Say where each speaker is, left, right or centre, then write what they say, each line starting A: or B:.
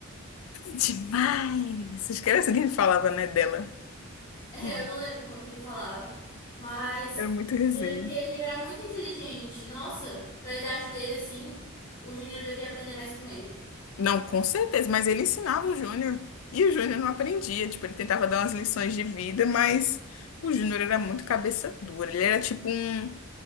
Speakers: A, on the left (about 70°); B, on the left (about 25°).
A: Demais! Esquece que ele falava, né, dela.
B: É,
A: Não,
B: eu não lembro como que ele falava. Mas
A: Era muito resenha.
B: eu lembro que ele era muito inteligente. Nossa, pra idade dele, assim, o Junior devia aprender mais com ele.
A: Não, com certeza, mas ele ensinava o Júnior. E o Júnior não aprendia. Tipo, ele tentava dar umas lições de vida, mas o Júnior era muito cabeça dura. Ele era tipo um,